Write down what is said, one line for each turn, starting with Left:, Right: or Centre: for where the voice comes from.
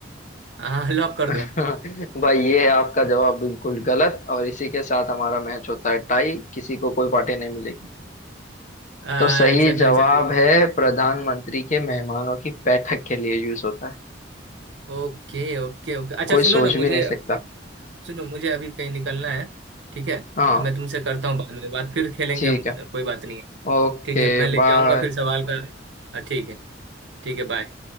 Right: हाँ लॉक कर
Left: <laughs>
Right: दो
Left: भाई ये है आपका जवाब बिल्कुल गलत और इसी के साथ हमारा मैच होता है टाई किसी को कोई पार्टी नहीं मिलेगी
Right: आ,
Left: तो सही
Right: चलो
Left: जवाब
Right: चलो चलो
Left: है प्रधानमंत्री के मेहमानों की बैठक के लिए यूज होता है
Right: ओके ओके ओके अच्छा
Left: कोई
Right: सुनो
Left: सोच
Right: ना मुझे
Left: भी नहीं
Right: अभी
Left: सकता
Right: सुनो मुझे अभी कहीं निकलना है ठीक है
Left: हाँ
Right: तो मैं तुमसे करता हूँ बाद में बात फिर खेलेंगे
Left: ठीक
Right: हम
Left: है
Right: कोई बात नहीं है
Left: Okay
Right: ठीक है मैं लेके
Left: bye
Right: आऊंगा फिर सवाल का हाँ, ठीक है ठीक है बाय